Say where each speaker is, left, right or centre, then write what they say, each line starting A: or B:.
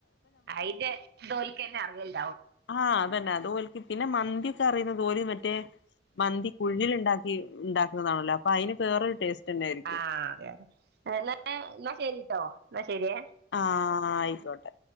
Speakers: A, on the right; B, on the left.
A: അയിന്റെ ഇത് ഓൾക്കെന്നെ അറിയുള്ളൂ
B: ആ അതന്നെ അത് ഓല്ക്ക് പിന്നെ മന്തി <unintelligible> മറ്റേ മന്തി കുഴീല് ഉണ്ടാക്കി ഉണ്ടാക്കുന്നതാണല്ലോ അയിന് വേറൊരു ടേസ്റ്റ് തന്നെ ആയിരിക്കും
A: ആ അതെ അതെ എന്നാ ശരിട്ടോ എന്നാ ശരിയെ
B: ആ ആയിക്കോട്ടെ